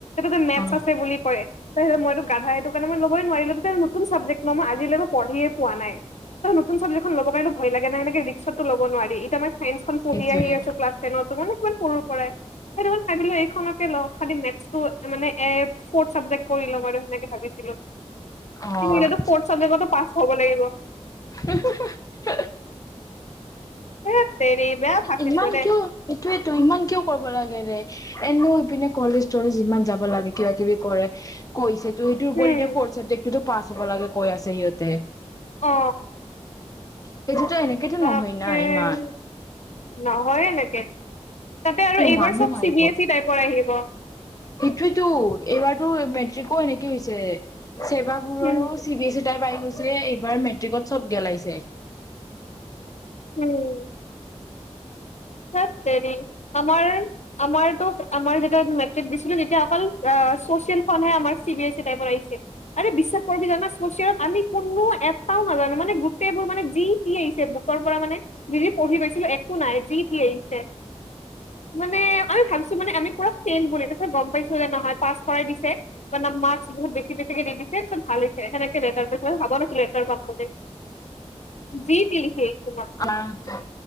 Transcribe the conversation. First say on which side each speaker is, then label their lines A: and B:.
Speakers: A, on the left; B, on the left.
A: তাতে মেথছ
B: অ
A: আছে বুলি কয়। ত মইতো গাধা সেইটো কাৰণ মই'লবই নোৱাৰিলো নতুন চাবজেক্ট মই আজিলৈকে মই পঢ়িয়ে পোৱা নাই তই নতুন চাবজেক্টখন ল'ব কাৰণে ভয় লাগে নে এনেকে ৰিস্কতো ল'ব নোৱাৰি, এতিয়া মই চাইন্সখন পঢ়ি
B: সেইটোৱে
A: আহিয়েই আছোঁ ক্লাছ টেনত তো মানে কিমান পঢ়োঁ' পৰাই, ‌ সেইটো কাৰণে ভাবিলে এইখনকে লয় খালি মেথছটো মানে এ ফৰ্থ চাবজেক্ট কৰি লম আৰু সেনেকে ভাবিছিলোঁ। কিন্তু
B: অ
A: এতিয়াটো ফৰ্থ চাবজেক্টতো পাছ হ'ব লাগিব।
B: হুহুহুহু
A: হে তেৰি বেয়া ফাচিছো
B: ইমান
A: দেই
B: কিয়, সেইটোয়েতো ইমান কিয় কৰিব লাগে ৰে? এনেও, ইপিনে কলেজ তলেজ ইমান যাব লাগে, কিবা কিবি কৰে কৈছে ত, ইটো ওপৰি
A: উম
B: এতিয়া ফৰ্থ চাবজেক্টটোতো পাছ হ'ব লাগে কৈ আছে সিহঁতে।
A: অ।
B: সেইটোতো এনেকেতো
A: বাপৰে
B: নহয় না ইমান
A: নহয় এনেকে। তাতে আৰু এইবাৰ
B: মানুহ
A: চব
B: মাৰিব
A: চি বি এছ ই টাইপৰ আহিব?
B: সেইটোৱেতো এইবাৰতো মেট্ৰিকো এনেকে হৈছে। ছেবাবোৰৰো
A: উম
B: C B S E type আহি হৈছে এইবাৰ মেট্ৰিকত চব গেলাইছে।
A: উম। এই হেৰি আমাৰ আমাৰতো আমাৰ যেতিয়া মেট্ৰিক দিছিলোঁ তেতিয়া অকল অ‌ চচিয়েলখনহে আমাৰ চি বি এছ ই টাইপৰ আহিছে, আৰে বিশ্বাস কৰিবি জানা চচিয়েলত আমি কোনো এটাও নাজানোঁ মানে গোটেইবোৰ মানে যিতি আহিছে বুকৰ পৰা মানে যি যি পঢ়ি গৈছিলোঁ একো নাই যি কি আহিছে, মানে আমি ভাবিছোঁ মানে আমি পুৰা ফেইল কৰি তাৰপিছত গম পাইছোঁ যে নহয় পাছ কৰাই দিছে মানে মাৰ্কছ বহুত বেছি বেছি দি দিছে তাৰপিছত ভাল হৈছে সেনেকে লেটাৰ পাইছোঁ, ভাবা নাছিলোঁ লেটাৰ পাম বুলি, যি তি লিখি। <unintelligible>
B: আমাৰ